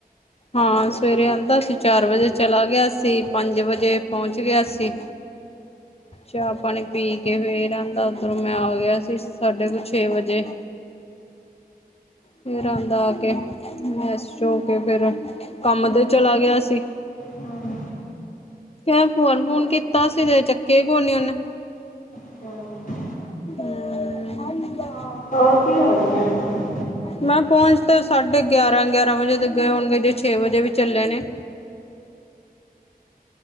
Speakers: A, on the left; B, on the left.
A: ਹਾਂ, ਸਵੇਰੇ ਆਉਂਦਾ ਸੀ, ਚਾਰ ਵਜੇ ਚਲਾ ਗਿਆ ਸੀ, ਪੰਜ ਵਜੇ ਪਹੁੰਚ ਗਿਆ ਸੀ। ਚਾਹ-ਪਾਣੀ ਪੀ ਕੇ ਫੇਰ ਆਹੰਦਾ ਉਰੋਂ ਮੈਂ ਆ ਗਿਆ ਸੀ, ਸਾਡੇ ਕੁਲ ਛੇ ਵਜੇ। ਫਿਰ ਆਉਂਦਾ ਆ ਕੇ ਫ਼੍ਰੇਸ਼ ਹੋ ਕੇ ਫੇਰ ਕੰਮ ਤੇ ਚਲਾ ਗਿਆ ਸੀ।
B: ਹਮ।
A: ਕ ਫੋਨ-ਫੁਣ ਕੀਤਾ ਸੀ, ਤੇ ਚੱਕਿਆ ਹੀ ਕੋ ਨੀ ਉਹਨੇ।
B: <unintelligible>
A: <unintelligible>
B: <unintelligible> ਦੀ ਹੋਣੀ ਆ ਅੱਜ।
A: ਮੈਂ ਪਹੁੰਚ ਤਾਂ ਸਾਢੇ ਗਿਆਰਾਂ-ਗਿਆਰਾਂ ਵਜੇ ਤੋਂ ਗਏ ਹੋਣਗੇ, ਜੇ ਛੇ ਵਜੇ ਵੀ ਚੱਲੇ ਨੇ।